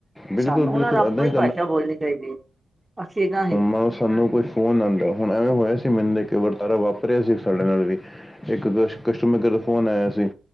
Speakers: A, on the left; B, on the right.
A: ਬਿਲਕੁਲ
B: ਸਾਨੂੰ ਉਹਨਾਂ
A: ਬਿਲਕੁਲ
B: ਨਾਲ ਆਪਣੀ
A: ਐਦਾਂ ਹੀ
B: ਭਾਸ਼ਾ ਬੋਲਣੀ ਅਸੀ ਗ <unintelligible>
A: ਮਾਂ ਸਾਨੂੰ ਕੋਈ ਫੋਨ ਹੁਣ ਐਵੇਂ ਹੋਇਆ ਸੀ ਮੈਨੂੰ ਇੱਕ ਵਰਤਾਰਾ ਵਾਪਰਿਆ ਸੀ ਸਾਡੇ ਨਾਲ ਵੀ। ਇੱਕ ਕ ਕਸਟਮਰ ਕੇਰ ਦਾ ਫੋਨ ਆਏਆ ਸੀ,